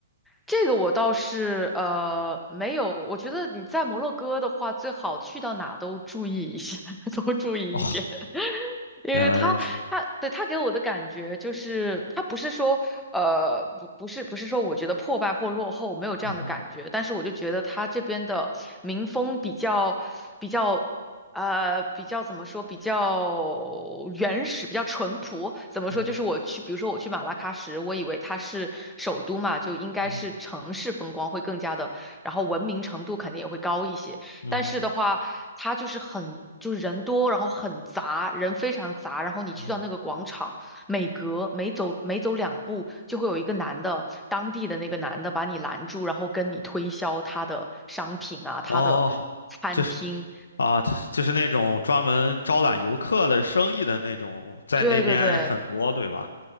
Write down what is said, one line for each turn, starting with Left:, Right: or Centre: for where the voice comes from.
Centre: 这个我倒是呃没有，我觉得你在摩洛哥的话，最好去到哪都注意一下，<laughs> 多注意一点。
Left: 哦，
Centre: 因为他他对他给我的感觉就是，
Left: 原来如此。
Centre: 他不是说呃不不是不是说我觉得破败或落后没有这样的感觉，
Left: 嗯
Centre: 但是我就觉得他这边的民风比较比较呃比较怎么说比较原始，比较淳朴。怎么说？
Left: 嗯
Centre: 就是我去，比如说我去马拉喀什，我以为它是首都嘛，就应该是城市风光会更加的，
Left: 嗯
Centre: 然后文明程度肯定也会高一些。
Left: 嗯
Centre: 但是的话，它就是很，就是人多，然后很杂，人非常杂。然后你去到那个广场，
Left: 嗯嗯
Centre: 每隔每走每走两步，就会有一个男的，当地的那个男的把你拦住，然后跟你推销他的商品啊，他的
Left: 哦，
Centre: 餐厅。
Left: 这是。啊，就是那种专门招揽游客的生意的那种，在那边很多，
Centre: 对对对，
Left: 对吧？